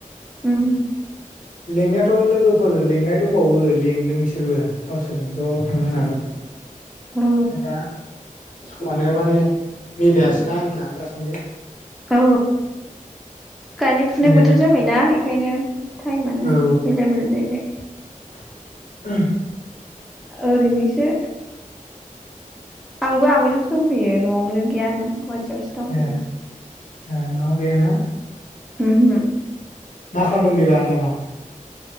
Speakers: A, in the centre; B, on the left.
A: उम।
B: लेंनायाथ' लोगोफोर लेंनाय दंबावो लेंदों बिसोरबो गावसोरजों ज' थांनो होननानै।
A: औ
B: आदा समानो माने मिलायासैना आंना दासान्दि।
A: औ गायनाय
B: ओंखायनो
A: फुनाय बोथोर जाबायना ओंखायनो। टाइमानो
B: औ
A: मिलाया मिलाया जाहैबाय।
B: <unintelligible>
A: ओरैनोसो आंबो आमायनावसो दंफैयो न'आवनो गैया आं गुवा थियावसो दंफैयो।
B: ए ए न'आव गैया ना?
A: उम हो।
B: मा खालामदों बेबा दाबा?